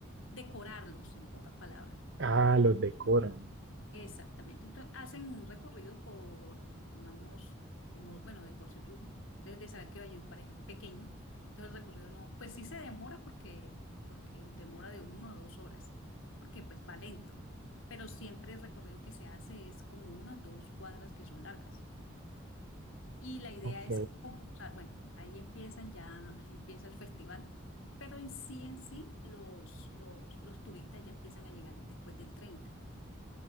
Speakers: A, on the left; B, on the right.
A: decorarlos, en pocas palabras.
B: Ah, los decoran.
A: Exactamente. Entonces, hacen un recorrido por, pongamos, como, bueno, de por sí tú debes de saber que Valledupar es pequeño, entonces el recorrido no, pues sí se demora porque, porque demora de uno a dos horas, porque pues va lento, pero siempre el recorrido que se hace es como unas dos cuadras que son largas. Y la idea
B: Ok.
A: es concursar, bueno, ahí empiezan ya, empieza el festival, pero en sí, en sí, los, los, los turistas ya empiezan a llegar después del treinta